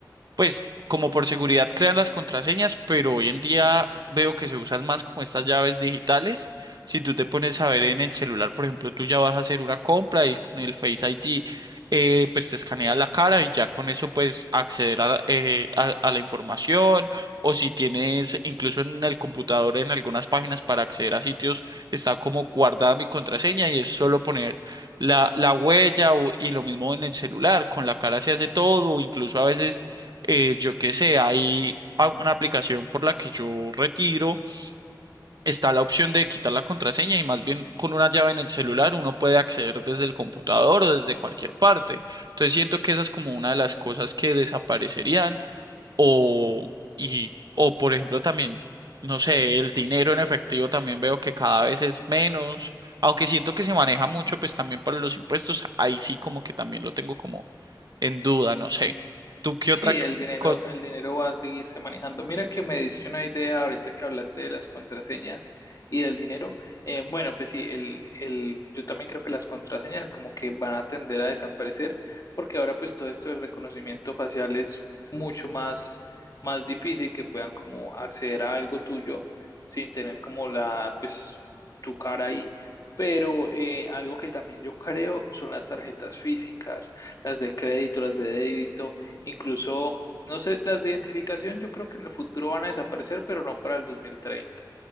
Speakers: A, on the right; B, on the left.
A: Pues como por seguridad crean las contraseñas, pero hoy en día veo que se usan más como estas llaves digitales. Si tú te pones a ver en el celular, por ejemplo, tú ya vas a hacer una compra y con el Face ID, eh, pues te escanea la cara y ya con eso pues acceder a, eh, a a la información o si tienes incluso en el computador en algunas páginas para acceder a sitios, está como guardada mi contraseña y es solo poner la, la huella o- y lo mismo en el celular, con la cara se hace todo, incluso a veces eh, yo qué sé, hay a- una aplicación por la que yo retiro, está la opción de quitar la contraseña y más bien con una llave en el celular uno puede acceder desde el computador o desde cualquier parte. Entonces siento que esa es como una de las cosas que desaparecerían o, y, o por ejemplo también, no sé, el dinero en efectivo también veo que cada vez es menos. Aunque siento que se maneja mucho, pues también para los impuestos, ahí sí como que también lo tengo como en duda, no sé. ¿Tú qué
B: Sí,
A: otra
B: el dinero,
A: cosa?
B: el dinero va a seguirse manejando. Mira que me diste una idea ahorita que hablaste de las contraseñas y del dinero. Eh, bueno, pues sí, el, el, yo también creo que las contraseñas como que van a tender a desaparecer porque ahora pues todo esto del reconocimiento facial es mucho más, más difícil que puedan como acceder a algo tuyo sin tener como la, pues tu cara ahí. Pero eh, algo que también yo creo son las tarjetas físicas, las de crédito, las de débito Incluso, no sé, las de identificación yo creo que en el futuro van a desaparecer, pero no para el dos mil treinta